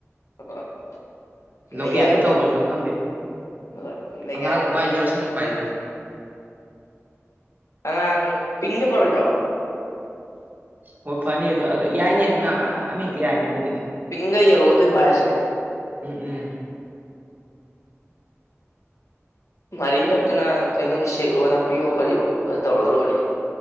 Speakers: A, on the left (about 85°); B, on the right (about 40°).
A: ꯍꯍꯣꯏ
B: ꯂꯣꯀꯦꯜꯗ
A: ꯅꯩꯒꯥꯏꯕꯤꯗ
B: ꯇꯧꯕꯁꯨ ꯈꯪꯗꯦ
A: ꯍꯣꯏ ꯅꯩꯒꯥꯏꯕꯤꯗ
B: ꯑꯉꯥꯡꯕ ꯄꯥꯏꯁꯤꯔꯣ ꯑꯁꯪꯕ ꯄꯥꯏꯁꯤꯔ
A: ꯑꯉꯥꯡ ꯄꯤꯡꯅ ꯐꯔꯣꯏꯗ꯭ꯔꯣ
B: ꯍꯣꯏ ꯐꯅꯤ ꯑꯗꯣ ꯑ ꯌꯥꯏꯅꯦ ꯑꯃ ꯍꯦꯛꯇ ꯌꯥꯏꯅꯦ ꯑꯗꯨꯒꯤꯗꯤ
A: ꯄꯤꯡꯒ ꯌꯦꯜꯂꯣꯒꯗꯨ ꯑꯣꯏꯅ ꯄꯥꯏꯔꯁꯦ
B: ꯎꯝ ꯎꯝ
A: ꯃꯥꯔꯤꯅꯕꯗꯨꯅ ꯀꯩꯅꯣ ꯎꯆꯦꯛꯂꯣ ꯅꯥꯄꯤꯌꯣ ꯀꯔꯤꯌꯣ ꯈꯔ ꯇꯧꯔꯒ ꯂꯣꯏꯔꯦ